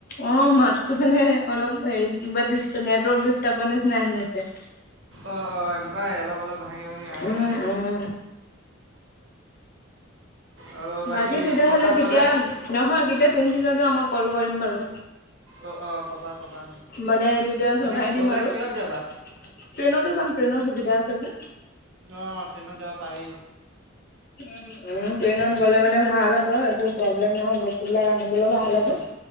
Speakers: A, on the left (about 45°); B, on the right (about 65°).
A: অ' মাততো মানে অলপ হ মোৱা দিষ্ট নেটৱৰ্ক দিৰ্ষ্টাবৰ নিচিনা আহি আছে।
B: অ' অ' এনেকুৱাই অলপ অলপ ভাঙি ভাঙি আহে
A: উম
B: বাৰু।
A: উম
B: আৰু
A: বাকী তেতিয়াহ'লে
B: ক'ৰবাত
A: কেতিয়া
B: গ'লে
A: নহয় কেতিয়া তিনচুকীয়া যাওঁ মই ক'ল কৰিম বাৰু।
B: অ' অ' ক'বা ক'বা।
A: মানে তেতিয়া
B: এনে
A: জনাই দিম
B: গ'লে
A: আৰু।
B: কিহত
A: ট্ৰেইনতে
B: যাবা
A: যাম ট্ৰেইনত সুবিধা আছে যে।
B: অ' ট্ৰেইনত যাব পাৰি।
A: উম। উম, ট্ৰেইনত গ'লে মানে ভাল হ'ব একো প্ৰব্লেম নহয় বস্তুবিলাক আনিবলৈ ভাল
B: অঁ
A: হ'ব। অ'